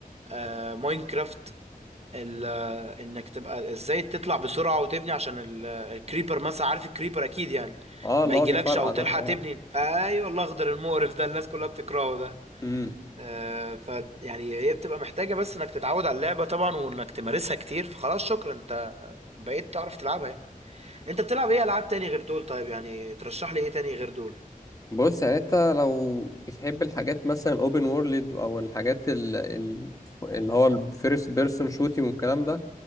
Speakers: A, on the right; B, on the left.
A: آه، ماينكرافت ال- انك تبقى ازاي تطلع بسرعه وتبني عشان ال- الكريبر مثلا عارف الكريبر اكيد يعني
B: اه اللي
A: ما يجيلكش
B: هو بيفرقع
A: او تلحق
B: ده اه
A: تبني ايوه الاخضر المقرف ده الناس كلها بتكرهه ده
B: امم
A: آه، ف يعني هي بتبقى محتاجه بس انك تتعود على اللعبه طبعا وانك تمارسها كتير فخلاص شكرا انت بقيت تعرف تلعبها يعني انت بتلعب ايه العاب تاني غير دول طيب يعني ترشح لي ايه تاني غير دول
B: بص يعني انت لو بتحب الحاجات مثلا اوبن وورلد او الحاجات ال- ال- اللي هو الفيرست بيرسون شوتينج والكلام ده